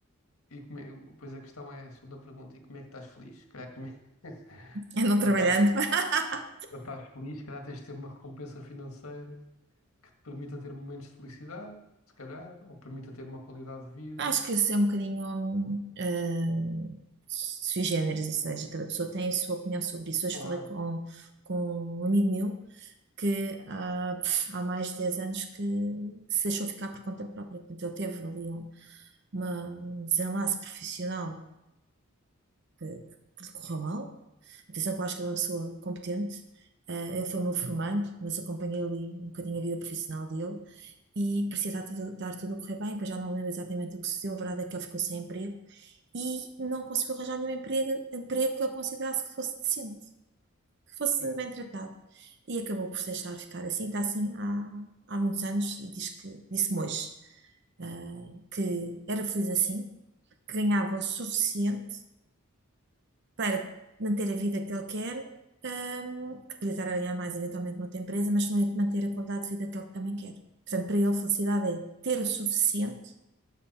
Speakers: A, on the left; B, on the right.
A: e como é- a questão é a segunda pergunta: e como é que estás feliz? Se calhar, como é- <laughs>
B: é não trabalhando.
A: para estás,
B: <laughs>
A: para estás feliz, se calhar tens de ter uma recompensa financeira que te permita ter momentos de felicidade, se calhar, ou permita ter uma qualidade de vida.
B: Acho que esse é um bocadinho hum, hum, sui generis, ou seja, cada pessoa tem a sua opinião sobre isso. Hoje
A: Claro,
B: falei com, com um amigo meu que há, pff, há mais de 10 anos que se deixou ficar por conta própria. Portanto, ele teve ali um, uma- um desenlace profissional que, que lhe correu mal. Atenção que eu acho que ele é uma pessoa competente. Eh, ele foi meu formando, mas acompanhei ali um bocadinho a vida profissional dele e parecia estar tudo, estar tudo a correr bem, pois já não lembro exatamente o que sucedeu. A verdade é que ele ficou sem emprego e não conseguiu arranjar nenhum emprego, emprego que ele considerasse que fosse decente, que fosse
A: sim,
B: bem tratado. E acabou por se deixar ficar assim, está assim há, há muitos anos e diz que, disse-me hoje, ah, que era feliz assim, que ganhava o suficiente para manter a vida que ele quer, ahm, que podia estar a ganhar mais eventualmente noutra empresa, mas não é de manter a qualidade de vida que ele também quer. Portanto, para ele, felicidade é ter o suficiente